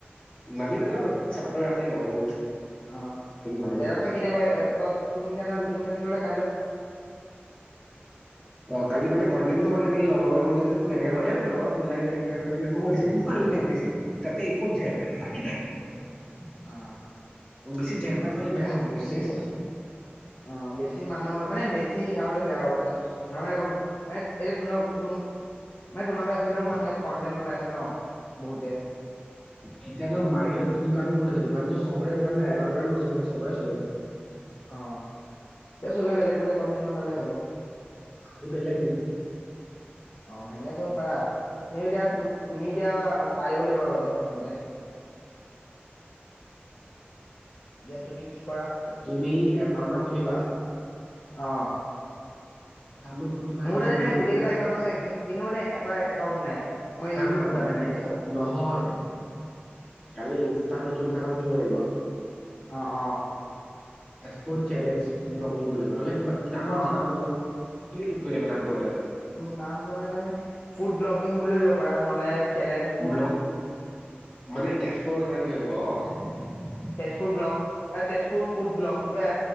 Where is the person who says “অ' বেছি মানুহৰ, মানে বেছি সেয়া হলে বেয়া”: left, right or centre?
Left